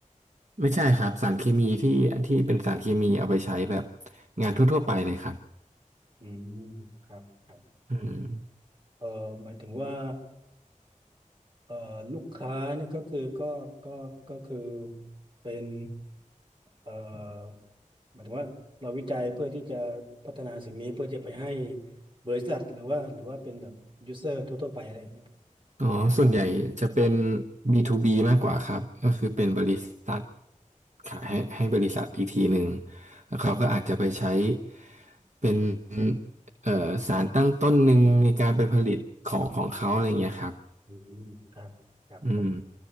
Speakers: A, on the right; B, on the right.
A: ไม่ใช่ครับสารเคมีที่ที่เป็นสารเคมีเอาไปใช้แบบงานทั่วๆไปเลยครับ
B: อืมครับครับ
A: อืม
B: เอ่อหมายถึงว่าเอ่อลูกค้าเนี่ยก็คือก็ก็ก็คือเป็นเอ่อหมายถึงว่าเราวิจัยเพื่อที่จะพัฒนาสิ่งนี้เพื่อจะไปให้บริษัทหรือว่าหรือว่าเป็นแบบยูเซอร์ทั่วๆไปอะไรอย่างเงี้ยครับ
A: อ๋อส่วนใหญ่จะเป็น B2B มากกว่าครับก็คือเป็นบริษัทขายให้ให้บริษัทอีกทีหนึ่งแล้วเขาก็อาจจะไปใช้เป็นเอ่อสารตั้งต้นหนึ่งในการไปผลิตของของเขาอะไรเงี้ยครับ
B: อืมครับครับ
A: อืม